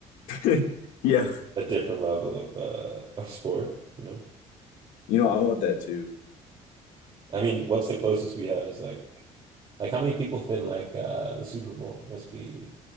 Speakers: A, on the left; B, on the right.
A: <laughs> yeah
B: a different level of uh, <laughs> of sport, you know?
A: you know i want that too
B: I mean, what's the closest we have is like like how many people fit in like uh, the Super Bowl? Must be